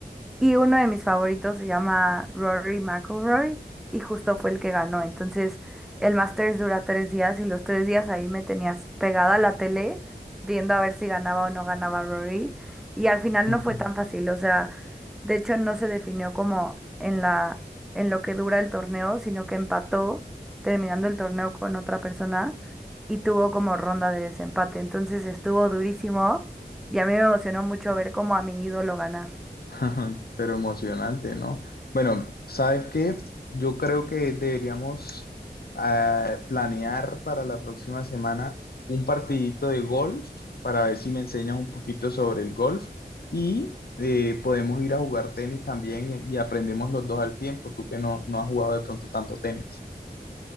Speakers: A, in the centre; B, on the left.
A: Y uno de mis favoritos se llama Rory McIlroy y justo fue el que ganó. Entonces, el Masters dura tres días y los tres días ahí me tenías pegada a la tele viendo a ver si ganaba o no ganaba Rory. Y al final
B: <laughs>
A: no fue tan fácil, o sea, de hecho no se definió como en la, en lo que dura el torneo, sino que empató terminando el torneo con otra persona y tuvo como ronda de desempate. Entonces estuvo durísimo y a mí me emocionó mucho ver como a mi ídolo ganar.
B: <laughs> Pero emocionante, ¿no? Bueno, ¿sabes qué? Yo creo que deberíamos eh, planear para la próxima semana un partidito de golf para ver si me enseñas un poquito sobre el golf y eh, podemos ir a jugar tenis también y aprendemos los dos al tiempo, tú que no, no has jugado de pronto tanto tenis.